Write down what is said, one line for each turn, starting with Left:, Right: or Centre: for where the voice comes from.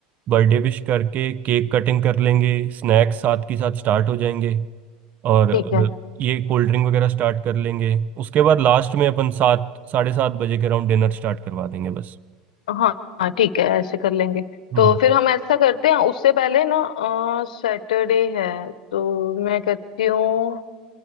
Right: बर्थडे विश करके केक कटिंग कर लेंगे स्नैक्स साथ के साथ स्टार्ट हो जाएंगे और अ,
Left: ठीक है
Right: ये कोल्ड ड्रिंक वगैरह स्टार्ट कर लेंगे उसके बाद लास्ट में अपन सात साढ़े सात बजे के अराउंड डिनर स्टार्ट करवा देंगे बस
Left: हाँ हाँ ठीक है ऐसे कर लेंगे
Right: हम्म
Left: तो फिर हम ऐसा करते हैं उससे पहले ना सैटरडे है तो मैं कहती हूँ